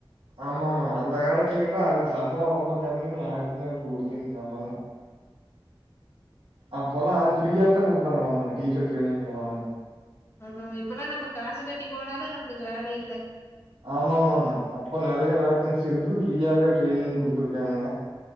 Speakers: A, on the right (about 85°); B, on the left (about 30°).
A: ஆமாமா அந்த காலத் துல்லா அதுக்கு சம்பளம் ரொம்ப கம்மின்னு யாருக்குமே அதுக்கு விடுலீங்க ஆமங்க அப்போ எல்லாம் அது ஃப்ரீயா தான் கொடுத்தாங்களாமாங்க டீச்சர் ட்ரெனிங் எல்லாங்க
B: அதான் இப்பல்லாம் நம்ப காசு கட்டி போனாலும் நம்மளுக்கு வேலை இல்ல
A: ஆமாமாங்க அப்ப நறைய வேகன்சி இருந்தது ஃப்ரீயாவே ட்ரைனிங் குடுத்துருக்காங்க